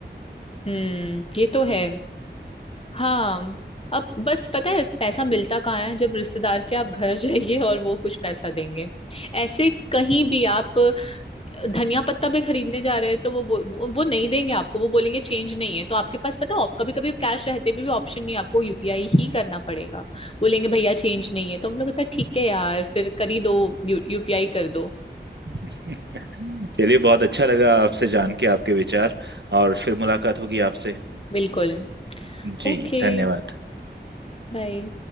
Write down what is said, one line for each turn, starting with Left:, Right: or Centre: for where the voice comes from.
Left: हम्म ये तो है हाँ अब बस पता है पैसा मिलता कहाँ है जब रिश्तेदार के आप घर जाइए और वो कुछ पैसा देंगे ऐसे कहीं भी आप धनिया पत्ता भी खरीदने जा रहे हैं तो वो बो- वो वो नहीं देंगे आपको वो बोलेंगे चेंज नहीं है तो आपके पास पता है कभी कभी कैश रहते भी, भी ऑप्शन नहीं है, आपको यूपीआई ही करना पड़ेगा बोलेंगे भैया चेंज नहीं है तो हम लोग कहते हैं, ठीक है यार फिर कर ही दो यू, यूपीआई कर दो
Right: <laughs> चलिए बहुत अच्छा लगा आपसे जान के आपके विचार और फिर मुलाकात होगी आपसे
Left: बिल्कुल
Right: जी
Left: ओके
Right: धन्यवाद
Left: बाय